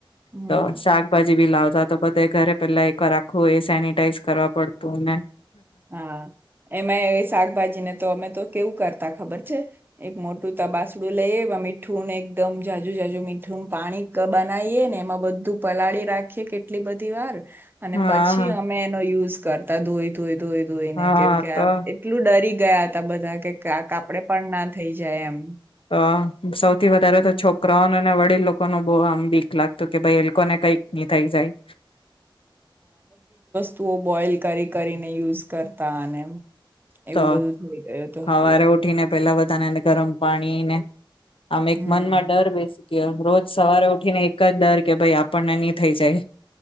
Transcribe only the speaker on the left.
તો શાકભાજી બી લાવતા. તો બધે ઘરે પેલા એકર આખવું એ સેનિટાઈઝ કરવા પડતું ને.
હા
હા
તો
હ સૌથી વધારે
તો છોકરાઓ અને વડીલો કોનો બો આમ બીક લાગતી તો કે ભાઈ એ લોકોને કઈક નહી થઇ જાય.
ત
હવારે
ઉઠીને પેલા બધા બધાને ગરમ પાણી ને આમ એક
મન માં ડર બેસી ગયો ગયો કે રોજ સવારે ઉઠીને એક જ ડર કે ભાઈ આપણને ની થઇ જાય.